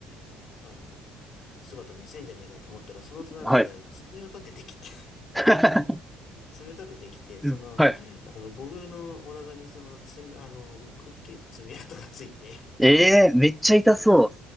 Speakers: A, on the left; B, in the centre.
A: い、あの、姿見せんじゃねえかと思ったら、その隣なんか、
B: はい。
A: 爪を立ててきて、
B: <laughs>
A: <laughs> 爪立ててきて、
B: うんはい。
A: その、あの、僕のお腹に、その、爪、あの、もう、くっきりと爪痕がついて、
B: ええー、めっちゃ痛そう。
A: だから、